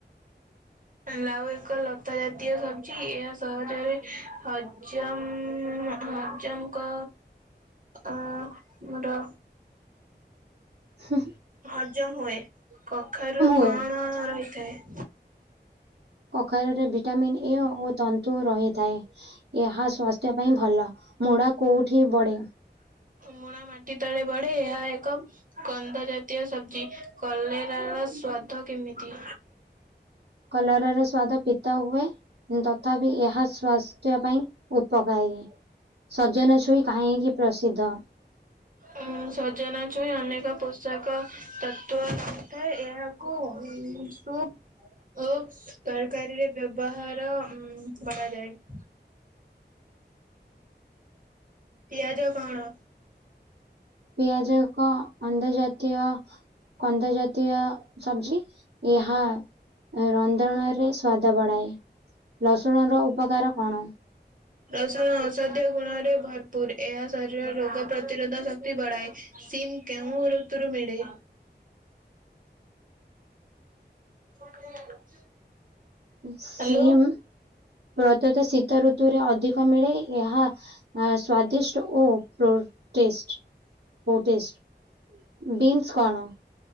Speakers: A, on the right; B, on the right.
A: ଲାଉ ଏକ ଲତା ଜାତୀୟ ସବଜି ଏହା ସହଜରେ ହ ହଜମ ହଜମକ ଅ ମୋର
B: ହୁ।
A: ହଜମ ହୁଏ କଖାରୁ କଣ
B: ହୁଏ
A: ରହିଥାଏ?
B: କଖାରୁରେ ଭିଟାମିନ୍ ଏ ଓ ତନ୍ତୁ ରହିଥାଏ। ଏହା ସ୍ୱାସ୍ଥ୍ୟ ପାଇଁ ଭଲ ମୁଢା କୋଉଠି ବଢେ।
A: ମୁୁଣା ମାଟି ତଳେ ବଢେ ଏହା ଏକ କନ୍ଧ ଜାତୀୟ ସବଜି କଲେରାର ସ୍ଵାଦ କେମିତି?
B: କଲରାର ସ୍ଵାଦ ପିତା ହୁଏ। ତଥାପି ଏହା ସ୍ୱାସ୍ଥ୍ୟ ପାଇଁ ଉପକାରୀ। ସଜନା ଛୁଇ କାହିଁକି ପ୍ରସିଦ୍ଧ?
A: ଉ ସଜନା ଛୁଇଁ ଅନେକ ପୋଷାକ ତତ୍ଵ ରହିଥାଏ ଏହାକୁ ସୁପ ଓ ତରକାରୀରେ ବ୍ୟବହାର ଉ କରାଯାଏ। ପିଆଜ କଣ?
B: ପିଆଜ କ ଅନ୍ଦଜାତୀୟ ଅନ୍ଦଜାତୀୟ ସବଜି ଏହା ରନ୍ଧଣରେ ସ୍ୱାଦ ବଢ଼ାଏ ରସୁଣ ର ଉପକାର କଣ?
A: ର ଔଷଧୀୟ ଗୁଣରେ ଭରପୁର ଏହା ଶରୀର ରୋଗ ପ୍ରତିରୋଧ ଶକ୍ତି ବଢାଏ। ସିମ୍ କେଉ ଋତୁରେ ମିିଳେ? <unintelligible>
B: ସିମ୍
A: ହ୍ୟାଲୋ।
B: ପ୍ରତ୍ୟତଃ ଶୀତ ଋତୁରେ ଅଧିକ ମିଳେ ଏହା ସ୍ଵାଦିଷ୍ଟ ଓ ପ୍ରୋଟିଷ୍ଟ ପୋଟିଷ ବିନ୍ସ କଣ?